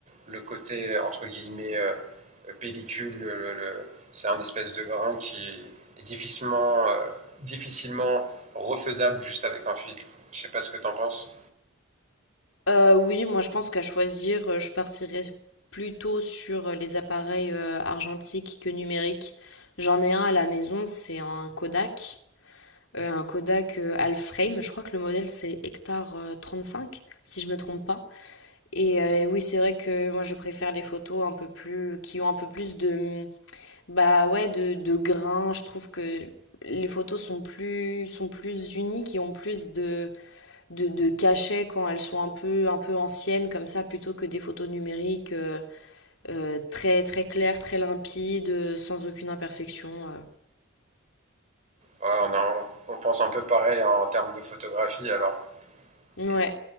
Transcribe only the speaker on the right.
le côté entre guillemets euh, pellicule. le- le- c'est un espèce de grain qui est difficilement, euh, difficilement refaisable juste avec un filtre. Je sais pas ce que t'en penses.
Ouais, on, a- on pense un peu pareil en termes de photographie alors.
Et